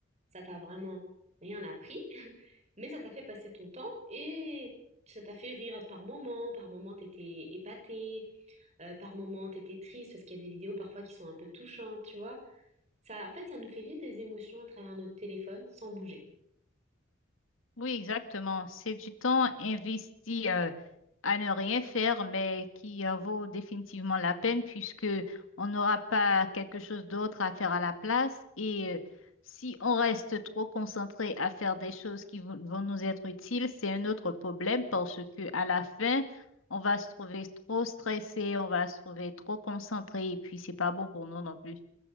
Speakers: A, on the right (about 35°); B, on the left (about 80°).
A: Ça t'a vraiment rien appris, <laughs> mais ça t'a fait passer ton temps et ça t'a fait rire par moments. Par moments, t'étais épaté, euh, par moments, t'étais triste parce qu'il y a des vidéos parfois qui sont un peu touchantes, tu vois. Ça, en fait, ça nous fait vivre des émotions à travers notre téléphone sans bouger.
B: Oui, exactement. C'est du temps investi euh, à ne rien faire, mais qui en vaut définitivement la peine puisque on n'aura pas quelque chose d'autre à faire à la place. Et euh, si on reste trop concentré à faire des choses qui vont vont nous être utiles, c'est un autre problème parce que à la fin, on va se trouver trop stressé, on va se trouver trop concentré et puis c'est pas bon pour nous non plus.